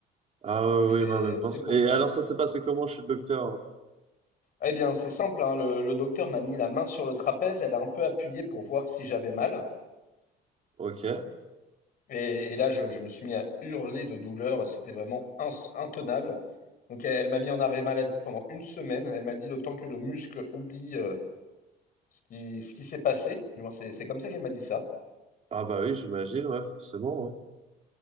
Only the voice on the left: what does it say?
Donc c'est
c'est pour
ça.
Eh bien, c'est simple, hein, le, le docteur m'a mis la main sur le trapèze, elle a un peu appuyé pour voir si j'avais mal.
Et, et là, je, je me suis mis à hurler de douleur, c'était vraiment ins- intenable. Donc elle, elle m'a mis en arrêt maladie pendant une semaine. Elle m'a dit le temps que le muscle oublie euh, ce qui, ce qui s'est passé. Du moins, C'est c'est comme ça qu'elle m'a dit ça.